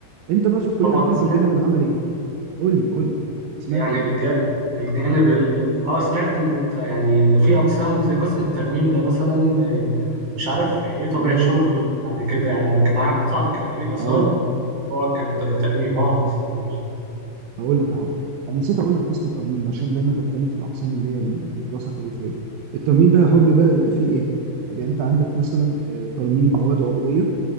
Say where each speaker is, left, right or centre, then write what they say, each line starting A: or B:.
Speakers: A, on the right (about 75°); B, on the right (about 55°).
A: انت بقى في الكلية
B: طب
A: عندك
B: انا سمعت
A: الجانب العملي ايه قول لي قول لي سمعت
B: يعني
A: ايه
B: الج- الجانب ال... اه سمعت ان انت يعني ان في اقسام زي قسم الترميم ده مثلا آه، مش عارف ايه طبيعة
A: اه
B: شغله بيبقى بعد كده يعني انا كان معايا واحد صاحبي كان خريج آثار
A: هقول لك
B: هو كان ت- ترميم اه ماشي
A: هقول لك يا حب انا نسيت اقول لك قسم ترميم عشان دايما بتكلم في الاقسام اللي هي الدراسه التاريخيه الترميم بقى يا حب بقى بيبقى فيه ايه بيبقى انت عندك مثلا آه، ترميم مواد عضويه